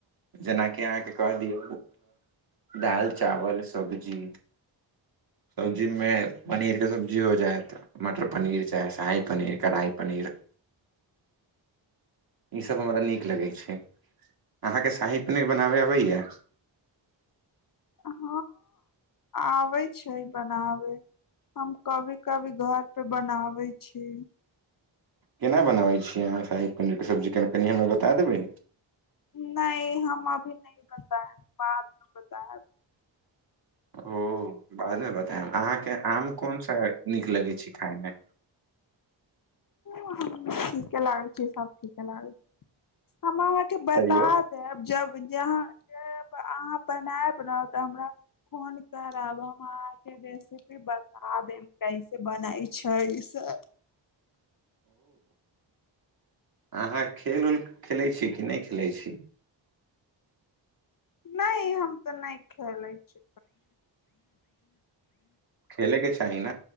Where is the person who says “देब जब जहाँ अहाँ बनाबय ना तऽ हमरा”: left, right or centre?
Left